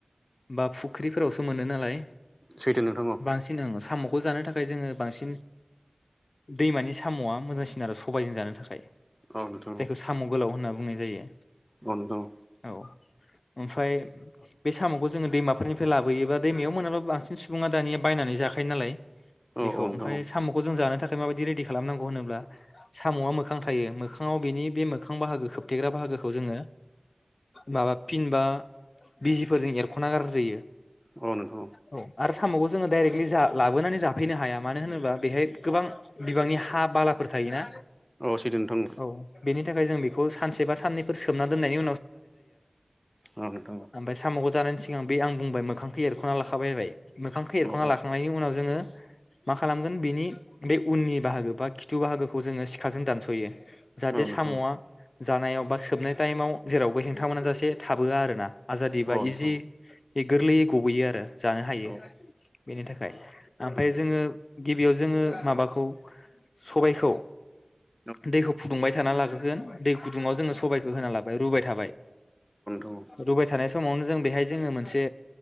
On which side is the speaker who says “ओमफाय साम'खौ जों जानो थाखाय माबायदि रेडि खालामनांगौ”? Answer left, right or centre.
Left